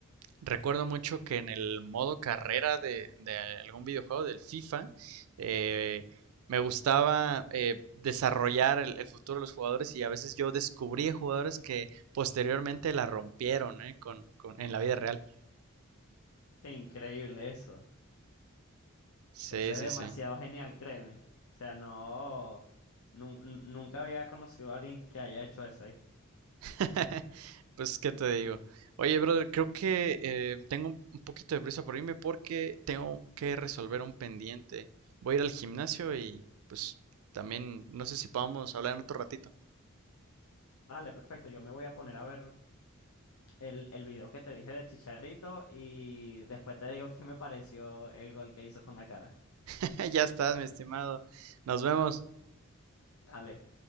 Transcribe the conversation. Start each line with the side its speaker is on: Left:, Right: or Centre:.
Right: Recuerdo mucho que en el modo carrera de, de algún videojuego del FIFA, eh, me gustaba eh, desarrollar el, el, futuro de los jugadores y a veces yo descubría jugadores que posteriormente la rompieron ¿eh? con, con, en la vida real.
Left: Qué increíble eso.
Right: Sí,
Left: Eso es
Right: sí,
Left: demasiado
Right: sí.
Left: genial, créeme. O sea, no, nun- nun- nunca había conocido a alguien que haya hecho eso, ¿viste?
Right: <laughs> pues, ¿qué te digo? Oye, brother, creo que eh, tengo un un poquito de prisa por irme porque tengo que resolver un pendiente. Voy a ir al gimnasio y pues también no sé si podamos hablar en otro ratito.
Left: Vale, perfecto. Yo me voy a poner a ver el, el video que te dije del Chicharito y después te digo qué me pareció el gol que hizo con la cara.
Right: <laughs> ya estás, mi estimado. Nos vemos.
Left: Dale.